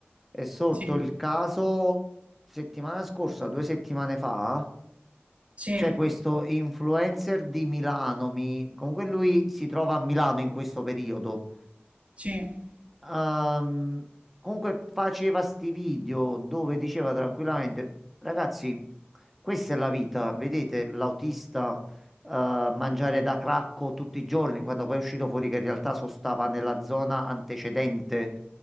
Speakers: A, in the centre; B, on the right.
A: È sorto
B: Sì,
A: il caso settimana scorsa, due settimane fa,
B: sì,
A: c'è questo influencer di Milano, mi... comunque lui si trova a Milano in questo periodo.
B: sì.
A: Ehm, comunque faceva sti video dove diceva tranquillamente, ragazzi, questa è la vita, vedete l'autista eh, mangiare da cracco tutti i giorni, quando poi è uscito fuori che in realtà sostava nella zona antecedente